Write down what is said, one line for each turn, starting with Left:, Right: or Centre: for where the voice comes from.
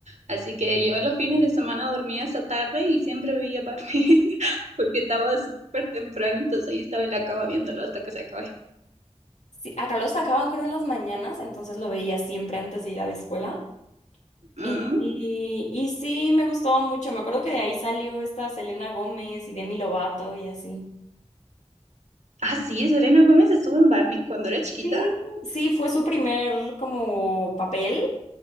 Right: Así que yo los fines de semana dormía hasta tarde y siempre veía Barbie <laughs> porque estaba súper temprano, entonces ahí estaba en la cama viéndolo hasta que se acabe.
Left: Sí, acá lo sacaban creo en las mañanas, entonces lo veía siempre antes de ir a la escuela.
Right: Mm.
Left: Y, y, y sí, me gustaba mucho. Me acuerdo que de ahí salió esta Selena Gómez y Demi Lovato y así.
Right: Ah, sí, Selena Gómez estuvo en Barney cuando era chiquita.
Left: Sí, sí, fue su primer como papel